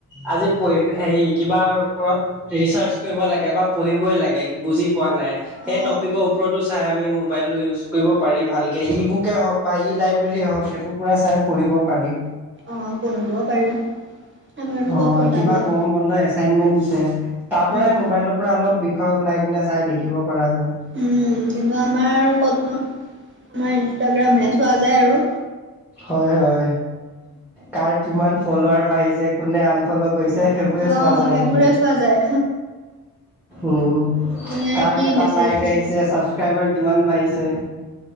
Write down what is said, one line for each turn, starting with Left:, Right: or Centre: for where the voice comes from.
Centre: আজি প হেৰি কিবা ওপৰত ৰিচাৰ্চ কৰিব লাগে বা পঢ়িবই লাগে বুজি পোৱা নাই, সেই
Right: অ
Centre: টপিকৰ ওপৰতো চাই আমি মোবাইলটো ইউজ কৰিব পাৰি ভালকে ই বুকে হওঁক বা ই লাইব্ৰেৰীয়ে হওঁক সেইবোৰ পৰা চাই পঢ়িব পাৰি।
Right: অ পঢ়িবও পাৰি। আমাৰনো
Centre: অ
Right: ক'ত পঢ়া
Centre: কিবা
Right: যায়
Centre: গৰম বন্ধ এচাইনমেন্ট দিছে তাৰ পৰাই
Right: উম
Centre: মোবাইলৰ পৰা অলপ বিষয় ওলাই কিনে চাই লিখিব পৰা যায়।
Right: উম কিন্তু আমাৰ আৰু ক'তনো? আমাৰ ইনষ্টাগ্ৰামহে চোৱা যায় আৰু।
Centre: হয়, হয়। কাৰ কিমান ফলোৱাৰ বাঢ়িছে, কোনে আনফল' কৰিছে সেইবোৰে
Right: অ
Centre: চোৱা যায়
Right: সেইবোৰে
Centre: চব আৰু
Right: চোৱা যায়
Centre: উম।
Right: কোনে
Centre: কাৰ
Right: কি
Centre: কেইটা
Right: মেছেজ
Centre: লাইক
Right: দিছে
Centre: আহিছে, চাবছক্ৰাইবাৰ কিমান বাঢ়িছে